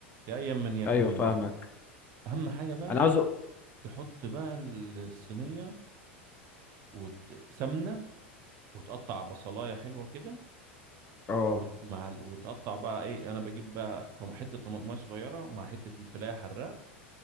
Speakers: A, on the right; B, on the left.
A: يا ايا من يكن
B: ايوه
A: من
B: فاهمك
A: دون اهم حاجه بقى
B: انا عاوز أ-
A: تحط بقى الصينيه وسمنه وتقطع بصلايه حلوه كده
B: اه
A: وت... مع ال... وتقطع بقى ايه انا بجيب بقى طم... حته طماطمايه صغيره مع حته فلفلايه حراء